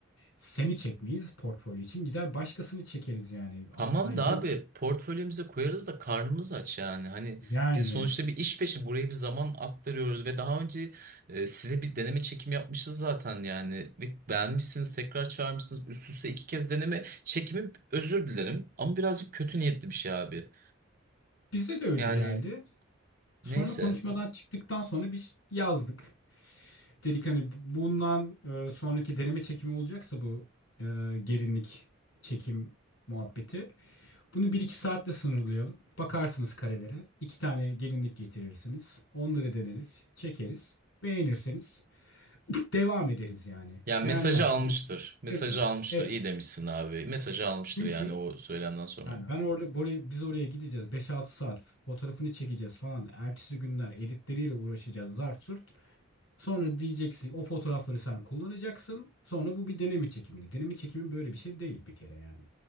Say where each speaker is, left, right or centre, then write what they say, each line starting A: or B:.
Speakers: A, on the left; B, on the right.
A: seni çekmeyiz portfolyo için gider başkasını çekeriz yani. A-
B: Tamam
A: ayrıca
B: da abi portföyümüze koyarız da karnımız aç yani. Hani
A: yani
B: biz sonuçta bir iş peşi buraya bir zaman aktarıyoruz ve daha önce e, size bir deneme çekimi yapmışız zaten yani. Ve beğenmişsiniz tekrar çağırmışsınız üst üste iki kez deneme çekimi özür dilerim ama birazcık kötü niyetli bir şey abi.
A: bize de öyle
B: Yani
A: geldi. Sonra
B: neyse.
A: konuşmadan çıktıktan sonra biz yazdık. Dedik hani bundan e, sonraki deneme çekimi olacaksa bu e, gelinlik çekim muhabbeti. Bunu bir iki saatle sınırlayalım. Bakarsınız karelere. iki tane gelinlik getirirsiniz. Onları deneriz, çekeriz. Beğenirseniz devam ederiz yani.
B: Yani
A: Beğenmezseniz
B: mesajı almıştır. Mesajı
A: bırakırız.
B: almıştır.
A: Evet.
B: İyi demişsin abi. Mesajı almıştır
A: Çünkü
B: yani o söylemden sonra.
A: yani ben orada buraya, biz oraya gideceğiz. beş altı saat fotoğrafını çekeceğiz falan. Ertesi günler editleriyle uğraşacağız zart surt. Sonra diyeceksin o fotoğrafları sen kullanacaksın. Sonra bu bir deneme çekimiydi. Deneme çekimi böyle bir şey değil bir kere yani.